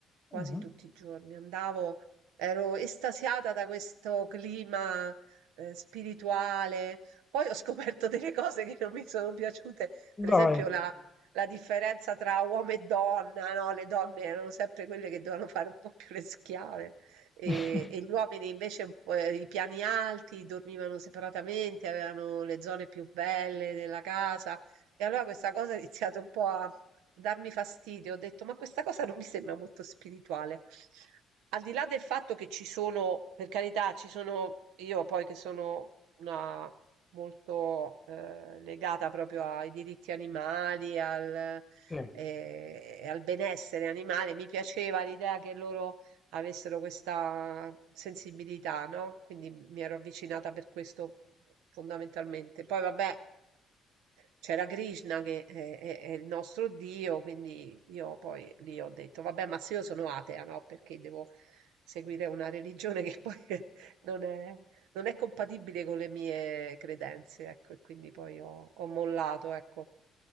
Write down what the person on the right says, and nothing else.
quasi
tutti i giorni. Andavo, ero estasiata da questo clima eh, spirituale. Poi ho scoperto delle cose che non mi sono piaciute, per esempio
la, la differenza tra uomo e donna, no? Le donne erano sempre quelle che dovevano fare un po' più le schiave e,
e gli uomini invece un po', eh, i piani alti dormivano separatamente, avevano le zone più belle della casa e allora questa cosa ha iniziato un po' a darmi fastidio. Ho detto, ma questa cosa non mi sembra molto spirituale. Al di là del fatto che ci sono, per carità, ci sono io poi che sono una molto eh, legata proprio ai diritti animali, al,
eh, al benessere animale, mi piaceva l'idea che loro avessero questa sensibilità, no? Quindi mi ero avvicinata per questo fondamentalmente. Poi vabbè, c'era Krishna che è, è- è il nostro Dio, quindi io poi lì ho detto, vabbè, ma se io sono atea, no? Perché devo seguire una religione che poi <laughs> non è, non è compatibile con le mie credenze, ecco, e quindi poi ho, ho mollato, ecco.